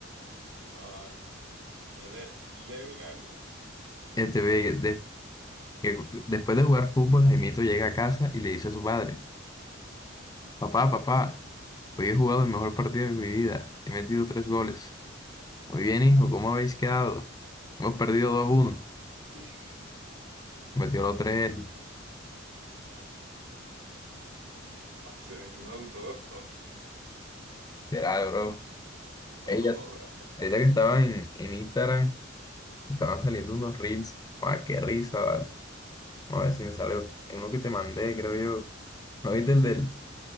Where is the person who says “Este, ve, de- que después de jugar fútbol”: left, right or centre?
Left